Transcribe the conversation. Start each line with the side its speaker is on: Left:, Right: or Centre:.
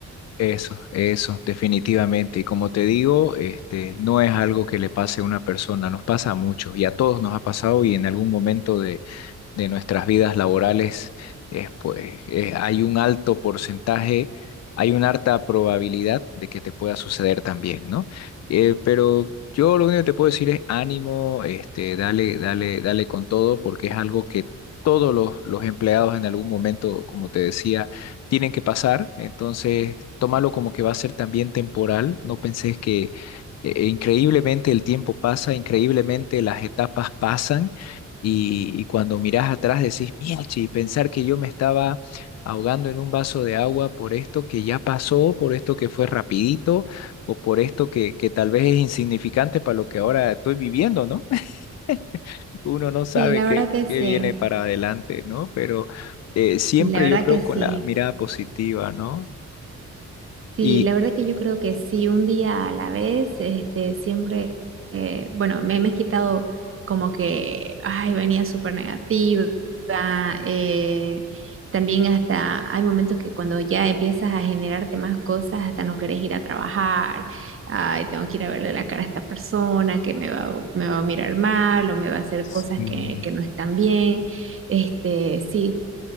Left: Eso, eso, definitivamente. Y como te digo, este, no es algo que le pase a una persona, nos pasa a muchos y a todos nos ha pasado y en algún momento de, de nuestras vidas laborales, es, pues eh, hay un alto porcentaje, hay una alta probabilidad de que te pueda suceder también, ¿no? Eh, pero yo lo único que te puedo decir es ánimo, este, dale, dale, dale con todo, porque es algo que todos los, los empleados en algún momento, como te decía, tienen que pasar. Entonces, tómalo como que va a ser también temporal. No penses que eh, increíblemente el tiempo pasa, increíblemente las etapas pasan y, y cuando mirás atrás decís, mierda, pensar que yo me estaba ahogando en un vaso de agua por esto que ya pasó, por esto que fue rapidito, o por esto que, que tal vez es insignificante para lo que ahora estoy viviendo, ¿no? <laughs> Uno no sabe
Right: Sí, la
Left: qué,
Right: verdad que sí,
Left: qué viene para adelante, ¿no? Pero eh, siempre
Right: la verdad
Left: yo creo
Right: que sí.
Left: con la mirada positiva, ¿no?
Right: Sí,
Left: Y,
Right: la verdad que yo creo que sí, un día a la vez, este, siempre, eh, bueno, me, me he quitado como que, ay, venía súper negativa, eh, también hasta hay momentos que cuando ya empiezas a generarte más cosas, hasta no querés ir a trabajar, ay, tengo que ir a verle la cara a esta persona que me va, a- me va a mirar mal o me va a hacer
Left: Sí.
Right: cosas que, que no están bien, este, sí,